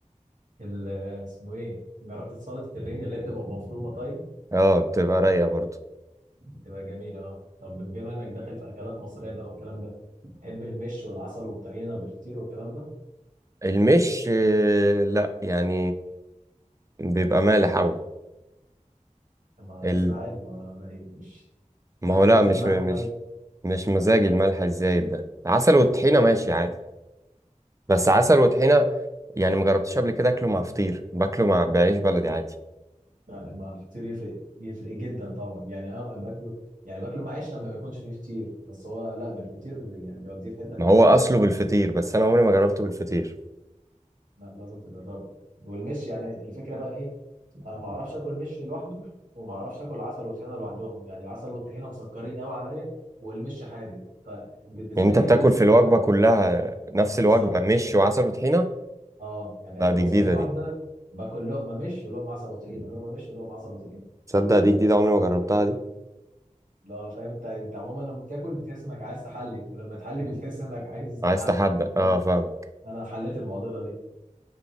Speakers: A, on the right; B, on the right.
A: ال- اسمه ايه جربت سلطة الرنج اللي هي بتبقى مفرومة طيب
B: اه بتبقى رايقة برضو
A: بتبقى جميلة اه طب بما انك داخل في اكلات مصرية بقى والكلام ده تحب المش والعسل والطحينة بالفطير والكلام ده
B: المش آه، لا يعني بيبقى مالح أوي
A: طب ما
B: ال...
A: يا اسطى عادي ما ما- مش
B: ما
A: في حاجات
B: هو لا
A: كتير
B: مش
A: مالحة
B: مش مش مزاج الملح الزايد ده عسل والطحينة ماشي عادي بس عسل وطحينة يعني ما جربتش قبل كده اكله مع فطير باكله مع بعيش بلدي عادي
A: لا الم- الفطير يفرق يفرق جدا طبعا يعني انا باكله يعني باكله مع عيش لما ما يكونش فيه فطير بس هو لا بالفطير يعني بيوديه في حته
B: ما
A: تانيه
B: هو
A: رسمي
B: اصله بالفطير بس انا عمري ما جربته بالفطير
A: لا لازم تجربه والمش يعني الفكره بقى ايه انا ما اعرفش اكل مش لوحده وما اعرفش اكل عسل وطحينه لوحدهم يعني العسل والطحينه مسكرين قوي عليا والمش حادق فبالنسبه
B: يعني انت
A: لي
B: بتاكل
A: هي لازم
B: في
A: تبقى
B: الوجبة كلها نفس
A: بالظبط
B: الوجبة مش وعسل وطحينة
A: اه يعني هي
B: لا
A: تبقى
B: دي جديدة
A: صينيه واحده
B: دي
A: باكل لقمه مش ولقمه عسل وطحينه لقمه مش ولقمه عسل وطحينه
B: تصدق دي جديدة عمري ما جربتها دي
A: لا فاهم انت انت عموما لما بتاكل بتحس انك عايز تحلي ولما تحلي بتحس انك عايز
B: عايز
A: تحدى
B: تحدى اه
A: انا
B: فاهمك
A: انا حليت المعضله دي